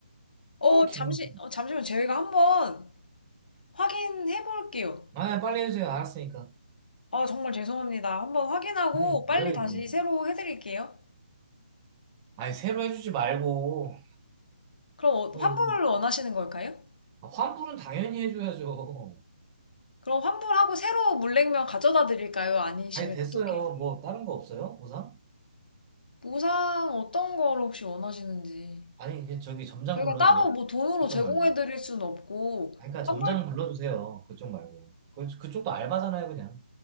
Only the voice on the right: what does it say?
아우, 기분.
아, 예, 빨리 해주세요. 알았으니까.
아이, 뭐야,
이게.
아니, 새로 해주지 말고.
예,
이거
아, 환불은 당연히 해줘야죠.
아니, 됐어요.
뭐, 다른 거 없어요? 보상?
아니, 이게 저기 점장
불러줘요.
그쪽
말고.
아니, 그러니까
점장 불러주세요. 그쪽 말고. 그, 그쪽도 알바잖아요, 그냥.